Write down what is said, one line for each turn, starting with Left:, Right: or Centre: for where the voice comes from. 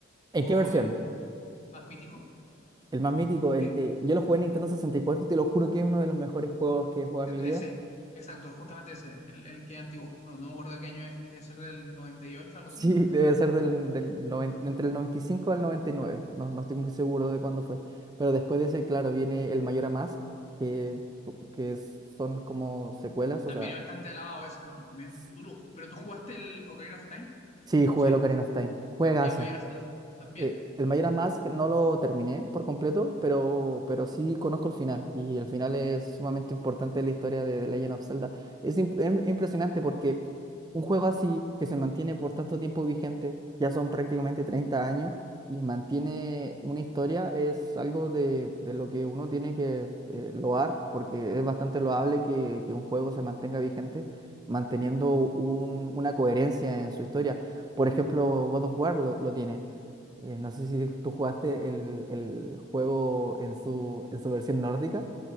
Left: o
Right: ¿En qué versión?
Left: el más mítico.
Right: El más mítico, el,
Left: Eh,
Right: eh, yo lo jugué en Nintendo 64 y cuatro y te lo juro que es uno de los mejores juegos que he jugado
Left: e-,
Right: en mi vida.
Left: ese, exacto, justamente ese, el, el que es antiguo. No, no me acuerdo de qué año es, debe ser del 98, algo
Right: Sí,
Left: así, noventa
Right: debe
Left: y nueve
Right: ser del, del noven- entre el 95 al noventa y nueve No, no estoy muy seguro de cuándo fue. Pero después de ese, claro, viene el Mayor Mask, que, que son como secuelas.
Left: También
Right: O sea,
Left: es bastante alabado ese, ¿no? También
Right: s-
Left: tú lo- pero tú jugaste el Ocarina of Time,
Right: sí, jugué
Left: ¿sí?
Right: el Ocarina of Time. Juegazo.
Left: Y el Majora's Mask también.
Right: Eh, el Mayor Mask no lo terminé por completo, pero, pero sí conozco el final. Y el final es sumamente
Left: Ah,
Right: importante en la historia de The Legend of Zelda. Es, im- em- impresionante porque un juego así, que se mantiene por tanto tiempo vigente, ya son prácticamente 30 años, y mantiene una historia, es algo de, de lo que uno tiene que eh, loar, porque es bastante loable que, que un juego se mantenga vigente, manteniendo un- una coherencia en su historia. Por ejemplo, God of War lo lo tiene eh, no sé si tú jugaste el, el juego en su, en su versión nórdica,